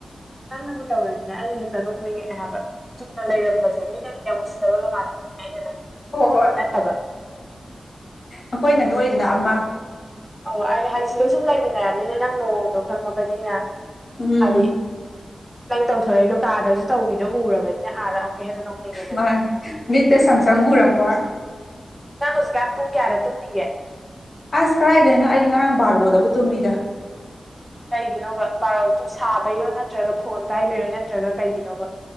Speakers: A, in the centre; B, on the left.
A: ꯅꯪꯅꯕꯨ ꯇꯧꯔꯗꯤꯅꯦ ꯑꯩ ꯍꯦꯛꯇ ꯅꯣꯛꯅꯤꯡꯉꯛꯑꯦ ꯍꯥꯏꯕ꯫ ꯆꯨꯝꯅ ꯂꯩꯔꯝꯕꯁꯦ ꯃꯤꯅꯗꯤ ꯌꯥꯝ ꯎꯁꯤꯠꯇꯕꯒ ꯃꯥꯜꯂꯝꯗꯣꯏꯅꯦ ꯑꯩꯅ ꯅꯪ꯫
B: ꯍꯣ ꯍꯣꯏ꯫
A: ꯅꯠꯇꯕ꯫
B: ꯑꯩꯈꯣꯏꯅ ꯅꯣꯛꯏꯗꯨꯅ ꯑꯃ꯫
A: ꯑꯧ ꯑꯩ ꯍꯥꯏꯁꯤꯗ ꯁꯨꯝ ꯂꯩꯃꯤꯟꯅꯔꯕꯅꯤꯅ ꯅꯪ ꯃꯑꯣꯡꯗꯣ ꯈꯪꯉꯕꯅꯤꯅ
B: ꯎꯝ
A: ꯍꯥꯏꯗꯤ ꯅꯪ ꯇꯧꯊꯣꯔꯛꯏꯗꯣ ꯀꯥꯗꯁꯨ ꯇꯧꯏꯗꯣ ꯎꯔꯕꯅꯤꯅ꯫ ꯑꯥꯗ ꯑꯃꯨꯛꯀ ꯍꯦꯟꯅ ꯅꯣꯛꯅꯤꯡꯉꯦꯗꯅ
B: ꯃꯥꯅꯤ ꯃꯤꯇ ꯁꯪ-ꯁꯪ ꯎꯔꯛꯄ꯫
A: ꯅꯪ ꯍꯧꯖꯤꯛꯀꯥꯟ ꯄꯨꯡ ꯀꯌꯥꯗ ꯇꯨꯝꯃꯤꯒꯦ꯫
B: ꯑꯁ ꯀꯔꯥꯏꯗꯩꯅꯣ ꯑꯩꯗꯤ ꯉꯔꯥꯡ ꯕꯥꯔꯣꯗꯕꯨ ꯇꯨꯝꯃꯤꯗ꯫
A: ꯀꯩꯒꯤꯅꯣꯕ ꯕꯥꯔꯣꯗ ꯇꯨ ꯁꯥꯕꯩꯔꯣ ꯅꯠꯇ꯭ꯔꯒ ꯐꯣꯟ ꯄꯥꯏꯕꯩꯔꯣ ꯅꯠꯇ꯭ꯔꯒ ꯀꯩꯒꯤꯅꯣꯕ꯫